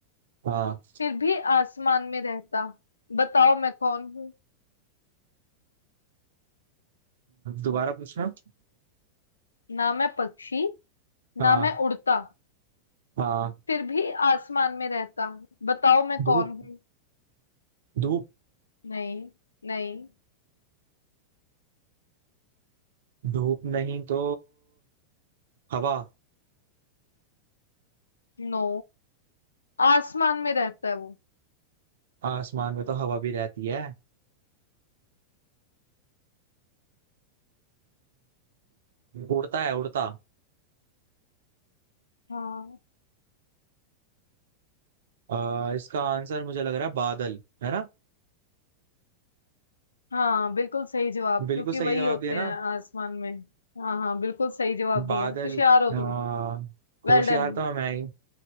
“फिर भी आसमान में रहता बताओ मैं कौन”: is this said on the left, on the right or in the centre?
Left